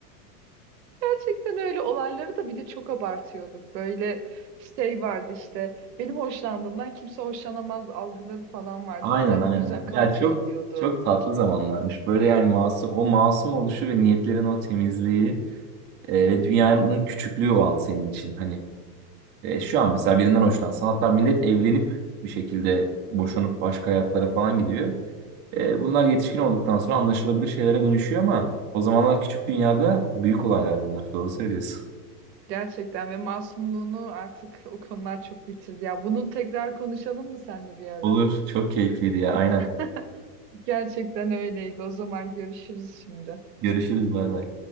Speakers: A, on the right (about 80°); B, on the right (about 25°).
A: Gerçekten öyle olayları da bir de çok abartıyorduk. Böyle şey vardı işte benim hoşlandığımdan kimse hoşlanamaz algıları falan vardı.
B: Aynen
A: Kızlar
B: aynen.
A: bu yüzden kavga
B: Ya çok
A: ediyordu.
B: çok tatlı zamanlarmış. Böyle yani masum o masum oluşu ve niyetlerin o temizliği e, ve dünyanın küçüklüğü o an senin için. Hani e, şu an mesela birinden hoşlansan hatta millet evlenip bir şekilde boşanıp başka hayatlara falan gidiyor. E, bunlar yetişkin olduktan sonra anlaşılabilir şeylere dönüşüyor ama o zamanlar küçük dünyada büyük olaylar bunlar. Doğru söylüyorsun.
A: Gerçekten ve masumluğunu artık <laughs> o konular çok yitirdi. Ya bunu tekrar konuşalım mı seninle
B: <laughs>
A: bir ara?
B: Olur. Çok keyifliydi ya. Aynen.
A: <laughs> Gerçekten öyleydi. O zaman görüşürüz şimdi.
B: Görüşürüz bay bay.